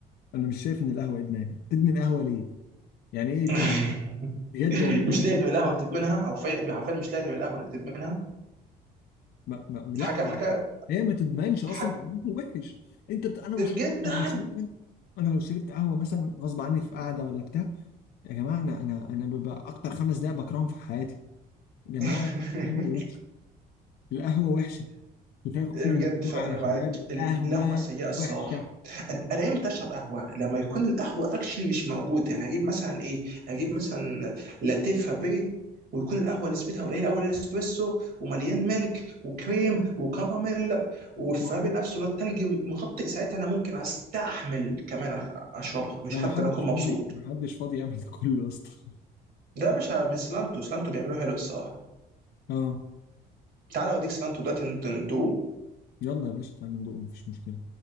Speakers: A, on the left; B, on the right.
A: انا مش شايف ان القهوه ادمان تدمن قهوه ليه يعني ايه
B: <laughs>
A: ادمان بجد والله
B: مش
A: يعني
B: لاغي
A: انت
B: بالقهوه تدمنها حرفيا حرفيا مش لاغي بالقهوه انك تدمنها
A: ما ما
B: حاجه
A: لا
B: حاجه
A: مش- هي ما تدمنش
B: حاجه
A: اصلا تقليده وحش انت بت... انا بش...
B: جدا
A: انا لو شربت انا لو شربت قهوه مثلا غصب عني في قعده ولا بتاع يا جماعه انا انا انا ببقى اكتر خمس دقائق بكرههم في حياتي يا جماعه
B: <laughs>
A: القهوه وحشه القهوه وحشه كفايه خوف
B: إيه
A: من
B: بجد
A: المجتمع
B: فانا
A: يا شباب
B: معاك
A: القهوه
B: ال- القهوه السيئه الصراحه
A: وحشه
B: انا أنا امتى اشرب قهوه لما يكون القهوه اكشلي مش موجود يعني هجيب مثلا ايه هجيب مثلا لاتيه فابيه ويكون القهوه نسبتها قليله قوي الاسبريسو ومليان ملك وكريم وكراميل والفابي
A: ما هو
B: نفسه اللي هو التلج مغطي ساعتها انا ممكن استحمل كمان أخ- اشربها مش
A: هو
B: حتى
A: ما حدش
B: لو اكون
A: فاضي
B: مبسوط
A: ما حدش فاضي يعمل ده كله اصلا
B: ده يا باشا من سلانتو سلانتو بيعملوه حلو الصراحه
A: <laughs> اه
B: تعالى اوديك سلانتو دلوقتي ندوه
A: يلا يا باشا تعالى ندوق مفيش مشكله